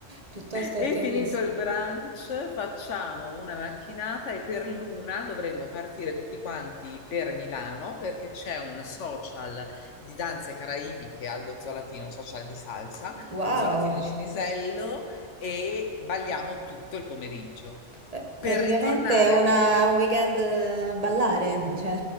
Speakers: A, on the right (about 35°); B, on the left (about 75°).
A: piuttosto
B: e
A: ottimista.
B: finito il brunch, facciamo una macchinata e per l'una dovremmo partire tutti quanti per Milano perché c'è un social di danze caraibiche allo Zolatino, un social di salsa
A: Wow!
B: allo Zolatino di Cinisello e balliamo tutto il pomeriggio.
A: Eh,
B: Per
A: Praticamente
B: ritornare
A: è una-
B: al-
A: un weekend eh, a ballare, cioè.